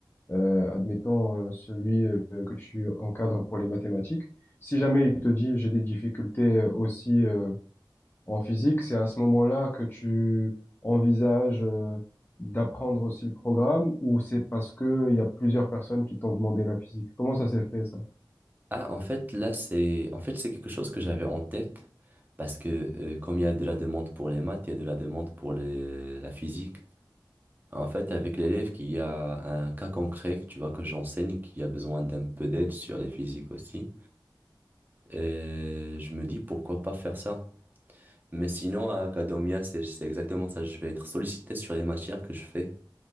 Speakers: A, on the left; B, on the right.
A: euh, admettons euh, celui euh, que tu encadres pour les mathématiques, si jamais il te dit j'ai des difficultés euh, aussi euh, en physique, c'est à ce moment-là que tu envisages euh, d'apprendre aussi le programme ou c'est parce que il y a plusieurs personnes qui t'ont demandé la physique? Comment ça s'est fait ça?
B: Ah, en fait, là, c'est en fait, c'est quelque chose que j'avais en tête. Parce que euh, comme il y a de la demande pour les maths, il y a de la demande pour les- la physique. En fait, avec l'élève qui a un cas concret, tu vois, que j'enseigne, qui a besoin d'un peu d'aide sur les physiques aussi. Et je me dis pourquoi pas faire ça. Mais sinon, à Academia, c'est c'est exactement ça. Je vais être sollicité sur les matières que je fais.